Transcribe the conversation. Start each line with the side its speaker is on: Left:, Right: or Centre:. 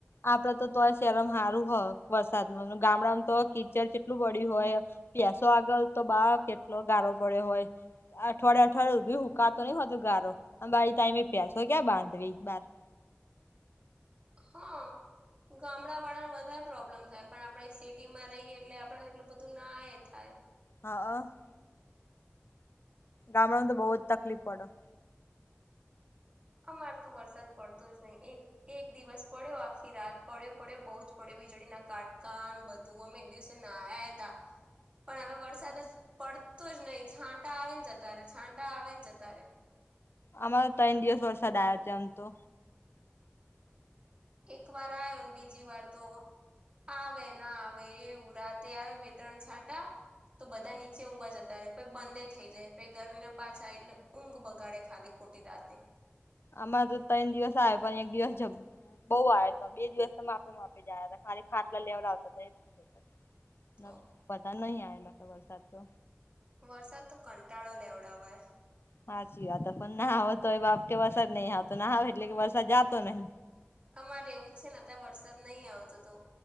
Left: આપડે તો તો શહેમાં સારું હોય વરસાદમાં ગામડામાં તો કીચડ જેટલું પડ્યું હોય. ભેંસો આગળ તો બા કેટલો ગારો પડ્યો હોય. અઠવાડિયે અઠવાડિયે સુધી હુકાતો નહીં હોતો ગારો તાઈમે પસો ક્યાં બાંધવી બાર
Right: હા. ગામડાવાળાને વધારે પ્રોબ્લેમ થાય પણ આપણે સિટી માં રહીએ એટલે આપણને એટલું બધું ના એ થાય.
Left: હા. ગામડાને તો બહુ જ તકલીફ પડે.
Right: અમારે તો વરસાદ પડતો જ નહી એક એક દિવસ પડ્યો આખી રાત પડ્યો પડ્યો બહુ જ પડ્યો વીજળીના કાંટકા બધું બધું અમે એ દિવસએ નાહ્યા તા પણ હવે વરસાદ જ પડતો જ નહી છાંટા આવે ને જતા રે છાંટા આવેને જતા રેગ
Left: અમારે ત્રણ દિવસ વરસાદ આવયો છે આમ તો
Right: એકવાર આયો બીજી વાર તો આવે ના આવે એ એવું રાત્રે આવે બે ત્રણ છાંટા તો બધા નીચે ઊંઘવા જતા રહે પ બંદે થઈ જાય પ ગરમી ના પાછા એટલે ઊંઘ બગાડે ખાલી ખોટી રાતે
Left: અમારે તો ત્રણ દિવસ આવે પણ એક દિવસ જ બોવ આયોતો બે દિવસ માફ માપી જયા હતા ખાલી ખાટલા લેવડ આવતા હતા એટલું ના
Right: તો
Left: વધાર નહી આવેલો કે વરસાદ તો.
Right: વરસાદ તો કંટાળો લેવડાવે.
Left: સાચી વાત પણ ના આવે તોય બાપ કે વરસાદ નહીં આવે તો નાહ આવે એટલે કે વરસાદ જાતો નહીં.
Right: અમારે એવું જ છે ને અત્યારે વરસાદ નહીં આવતો તો